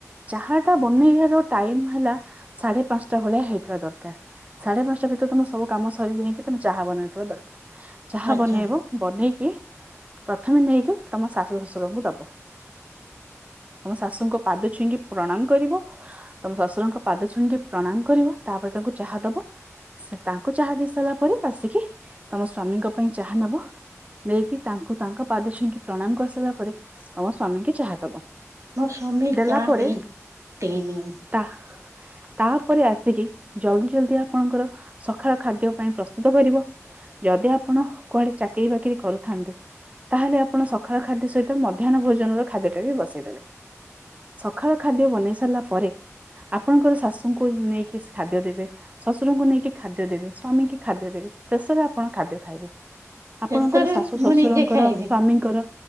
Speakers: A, on the right; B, on the right.
A: ଚାହା ଟା ବନେଇବାର ଟାଇମ ହେଲା ସାଢେ ପାଞ୍ଚଟା ଭଳିଆ ହେଇଥିବା ଦରକାର। ସାଢେ ପାଞ୍ଚଟା ଭିତରେ ତମେ ସବୁ କାମ ସରିଯାଇକି ତମେ ଚାହା ବନେଇଥିବା ଦରକାର। ଯାହା
B: ଆଚ୍ଛା
A: ବନେଇବ ବନେଇକି ପ୍ରଥମେ ନେଇକି ତମ ଶାଶୁ ଶଶୁରଙ୍କୁ ଦବ। ଆମ ଶାଶୁଙ୍କ ପାଦ ଛୁଇଁକି ପ୍ରଣାମ କରିବ। ତମ ଶଶୁରଙ୍କ ପାଦ ଛୁଣିକି ପ୍ରଣାମ କରିବ ତାପରେ ତାଙ୍କୁ ଚାହା ଦବ। ସେ ତାଙ୍କୁ ଚାହା ଦେଇ ସାରିଲା ପରେ ଆସିକି ତମ ସ୍ଵାମୀଙ୍କ ପାଇଁ ଚାହା ନବ। ନେଇକି ତାଙ୍କୁ ତାଙ୍କ ପାଦ ଛୁଇଁକି ପ୍ରଣାମ କରିସାରିଲା ପରେ ତମ ସ୍ଵାମୀ କି ଚାହା ଦବ।
B: ମୋ ସ୍ୱାମୀ
A: ଦେଲା
B: ଯା
A: ପରେ
B: ପି ପେଇନି।
A: <unintelligible> ତାପରେ ଆସିକି ଜଲଦି ଜଲଦି ଆପଣଙ୍କର ସକାଳ ଖାଦ୍ୟ ପାଇଁ ପ୍ରସ୍ତୁତ କରିବ। ଯଦି ଆପଣ କୁଆଡେ ଚାକିରିୀ ବାକିରି କରୁଥାନ୍ତି ତାହେଲେ ଆପଣ ସକାଳ ଖାଦ୍ୟ ସହିତ ମଧ୍ୟାହ୍ନ ଭୋଜନର ଖାଦ୍ୟ ଟାକ ବସେଇଦେବେ। ସକାଳ ଖାଦ୍ୟ ବନେଇ ସାରିଲା ପରେ ଆପଣଙ୍କର ଶାଶୁଙ୍କୁ ନେଇକି ଖାଦ୍ୟ ଦେବେ। ଶଶୁରଙ୍କୁ ନେଇକି ଖାଦ୍ୟ ଦେବେ। ସ୍ଵାମୀ କି ଖାଦ୍ୟ ଦେବେ। ଶେଷରେ ଆପଣ ଖାଦ୍ୟ ଖାଇବେ। ଆପଣଙ୍କର
B: ଶେଷରେ
A: ଶାଶୁ
B: ମୁଁ
A: ଶ୍ୱଶୁରଙ୍କର
B: ନିଜେ ଖାଇବି।
A: ସ୍ଵାମୀଙ୍କର